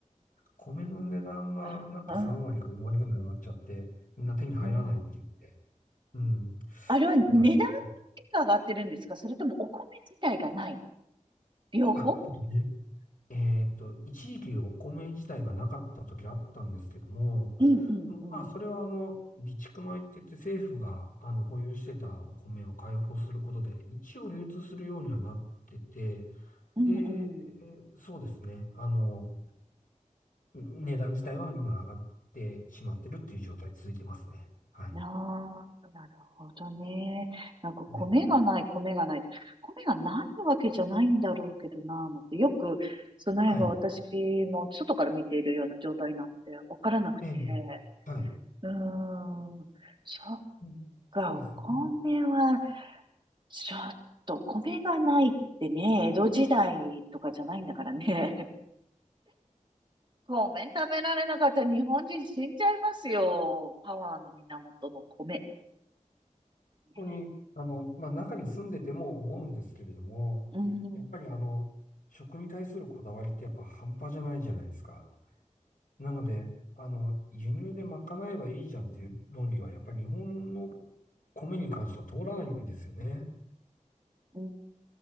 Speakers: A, on the left (about 85°); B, on the right (about 35°).
A: 米の値段がなんか3割か4割ぐらい上がっちゃって、
B: うん、
A: みんな手に入らないって言って、
B: うん。
A: うん、
B: あれは値段結果上がってるんですかそれともお米自体がない
A: 結構大変。
B: 両方
A: あ、えっと、ねえーっと、一時期お米自体がなかった時あったんですけども、
B: うん、
A: まあ、
B: うん、
A: それはあの、備蓄米って言って政府があの保有してたお米を開放することで、一応流通するようにはなってて、
B: うんう
A: で、えーそうですね、あの、値段自体は今上がってしまってるっていう状態続いてますね。はい。
B: ん。ああ、なるほどね。なんか米がない、
A: はい。
B: 米がないって。米がないわけじゃないんだろうけどな、なんて。よく、その辺が私も外から見ているような状態なんてわからなくて。
A: はい。ええはい。
B: うーん。そっ
A: うんそうですね。
B: か、お米は、ちょっと、米がないってね、江戸時代とかじゃないんだからね。<laughs> 米食べられなかったら日本人死んじゃいますよ。パワーの源の米。ね
A: 本当に、あの、まあ、中に住んでても思うんですけれども、
B: うん、
A: やっぱりあの、食に対するこだわりってやっぱ半端じゃないじゃないですか。なので、あの、輸入で賄えばいいじゃんっていう論理は、やっぱり日本の米に関しては通らないんですよね。
B: うん、